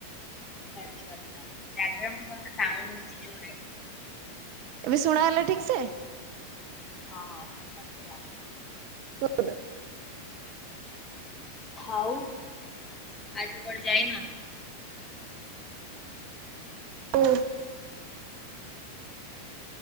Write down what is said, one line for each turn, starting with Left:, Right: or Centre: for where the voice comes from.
Left: ଆଚ୍ଛା ଆଚ୍ଛା ଗାଡିରେ ଆପଣଙ୍କ କଣ ଗୋଟେ ସାଉଣ୍ଡ ହୋଉଚି ଜୋରେ?
Right: ଏବେ ଶୁଣାଗଲା ଠିକ୍ ସେ?
Left: ହଁ ହଁ। ସେଇଟା କୁହ।
Right: କୁହନ୍ତୁ।
Left: ଆଉ ଆଜି କୁଆଡେ ଯାଇନ?
Right: ଉ